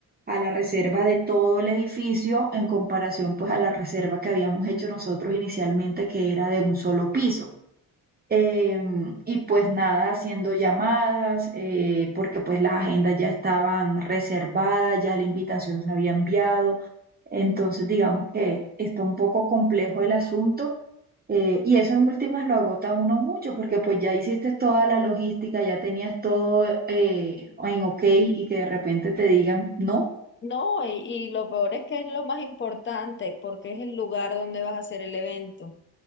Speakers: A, on the right; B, on the left.
A: a la reserva de todo el edificio en comparación pues a la reserva que habíamos hecho nosotros inicialmente, que era de un solo piso. Eh, y pues nada, haciendo llamadas, eh, porque pues las agendas ya estaban reservadas, ya la invitación se había enviado. Entonces, digamos que está un poco complejo el asunto. eh, y eso en últimas lo agota a uno mucho, porque pues ya hiciste toda la logística, ya tenías todo eh, en ok y que de repente te digan no.
B: No, y, y lo peor es que es lo más importante porque es el lugar donde vas a hacer el evento.